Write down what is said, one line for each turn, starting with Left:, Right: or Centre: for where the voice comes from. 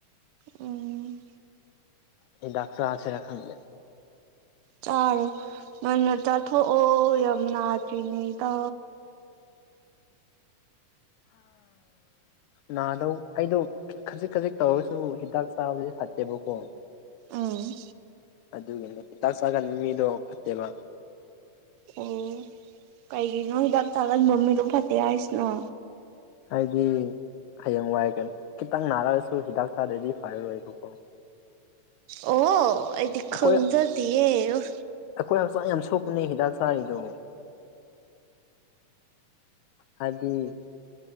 Right: ꯎꯝ
Left: ꯍꯤꯗꯥꯛ ꯆꯥꯔꯁꯨꯔ ꯈꯪꯗ
Right: ꯆꯥꯔꯣ ꯉꯟꯅ ꯆꯥꯊꯣꯛꯑꯣ ꯌꯥꯝ ꯅꯥꯗ꯭ꯔꯤꯉꯩꯗ
Left: ꯅꯥꯗꯧ ꯑꯩꯗꯣ ꯈꯖꯤꯛ ꯈꯖꯤꯛ ꯇꯧꯔꯁꯨ ꯍꯤꯗꯥꯛ ꯆꯥꯕꯗꯤ ꯐꯠꯇꯦꯕꯀꯣ
Right: ꯑꯝ
Left: ꯑꯗꯨꯒꯤꯅꯤ ꯍꯤꯗꯥꯛ ꯆꯥꯒꯟꯕ ꯃꯤꯗꯣ ꯐꯠꯇꯦꯕ
Right: ꯑꯣ ꯀꯩꯒꯤꯅꯣ ꯍꯤꯗꯥꯛ ꯆꯥꯒꯟꯕ ꯃꯤꯗꯣ ꯐꯠꯇꯦ ꯍꯥꯏꯁꯅꯣ
Left: ꯍꯥꯏꯗꯤ ꯍꯌꯦꯡ ꯋꯥꯏꯅꯦ ꯀꯩꯅꯣ ꯈꯤꯇꯪ ꯅꯥꯔꯛꯑꯁꯨ ꯍꯤꯗꯥꯛ ꯆꯥꯗꯗꯤ ꯐꯔꯔꯣꯏꯕꯀꯣ
Right: ꯑꯣ ꯑꯩꯗꯤ
Left: ꯑꯩꯈꯣꯏ
Right: ꯈꯪꯖꯗꯤꯌꯦ ꯑꯣ
Left: ꯑꯩꯈꯣꯏ ꯍꯛꯆꯥꯡ ꯌꯥꯝ ꯁꯣꯛꯄꯅꯦ ꯍꯤꯗꯥꯛ ꯆꯥꯔꯤꯗꯣ ꯍꯥꯏꯕꯗꯤ